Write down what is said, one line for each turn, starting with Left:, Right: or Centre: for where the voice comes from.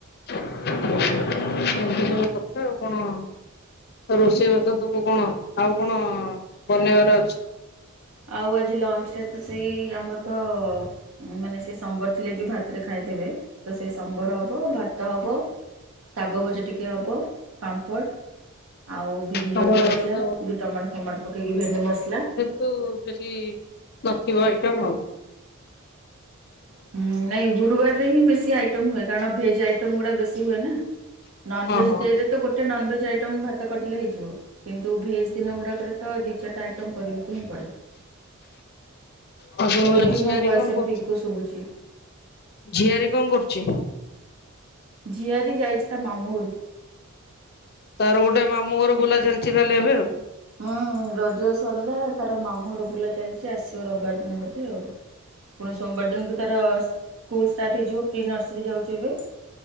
Left: ଏମିତି ସବୁ କଥା ଆଉ କଣ ରୋଷେଇ ବାସ ସବୁ କଣ ଆଉ କଣ ବନେଇବାର ଅଛି।
Right: ଆଉ ଆଜି ଲଞ୍ଚରେ ତ ସେଇ ଆମର ତ ମାନେ ସେ ସମ୍ବର ଥିଲେ ବି ଭାତରେ ଖାଇଦେବେ ତ ସେ ସମ୍ବର ହବ ଭା ତ ହେବ ଶାଗ ଭଜା ଟିକେ ହବ ପାମ୍ପଡ଼ ଆଉ ଭେଣ୍ଡି
Left: ତମର
Right: ଆଳୁ ଭଜା
Left: ତ
Right: ଏଇ ଟମାଟୋ ଫମାଟୋ ପକେଇକି ଭେଣ୍ଡି ମସଲା
Left: ତୁ ବେଶୀ ନଥିବ ଆଇଟମ ଆଉ।
Right: ହୁଁ ନାଇଁ ଗୁରୁବାର ରେ ହିଁ ବେଶୀ ଆଇଟମ୍ ହୁଏ କାରଣ ଭେଜ ଆଇଟମ ଗୁଡା ବେଶୀ ହୁଏ ନା। ନନଭେଜ
Left: ହଁ ହଁ।
Right: ଡେରେ ତ ଗୋଟେ ନନଭେଜ ଆଇଟମ ଭାତ କରିଦେଲେ ହେଇଯିବ। କିନ୍ତୁ ଭେଜ ଦିନ ଗୁଡ଼ାକରେ ତ ଦୁଇ ଚାରିଟା ଆଇଟମ୍ କରିବାକୁ ହିଁ ପଡ଼େ।
Left: ଆଉ ତମ
Right: ଫିର ବି
Left: ଝିଆରୀ
Right: ମୋ ଭୟେସ
Left: କଣ କରୁଛି?
Right: ଏମିତି ଇକୋ ଶୁଭୁଛି।
Left: ଝିଆରୀ କଣ କରୁଛି?
Right: ଝିଆରୀ ଯାଇଛି ତା ମାମୁଁ ଘରକୁ।
Left: ତାର ଗୋଟେ ମାମୁଁ ଘର ବୁଲା ଚାଲିଛି ତାହେଲେ ଏବେ ଆଉ।
Right: ହଁ ରଜ ସରିଲା ତାର ମାମୁଁ ଘର ବୁଲା ଚାଲିଛି ଆସିବ ରବିବାର ଦିନ ବୋଧେ ଆଉ। ପୁଣି ସୋମବାର ଦିନଠୁ ତାର ସ୍କୁଲ ଷ୍ଟାର୍ଟ ହେଇଯିବ ପ୍ରି ନର୍ସରୀ ଯାଉଛି ଏବେ।